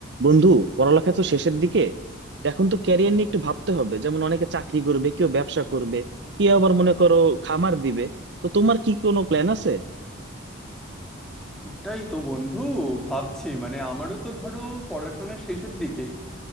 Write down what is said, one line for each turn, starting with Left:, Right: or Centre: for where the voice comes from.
Right: বন্ধু পড়ালেখা তো শেষের দিকে তো এখন তো ক্যারিয়ার নিয়ে একটু ভাবতে হবে যেমন অনেকে চাকরি করবে কেউ ব্যবসা করবে কেউ আবার মনে করো খামার দিবে তো তোমার কি কোনো প্ল্যান আছে
Centre: ওটাই তো বন্ধু ভাবছি মানে আমারও তো ধরো পড়াশোনা শেষের দিকেই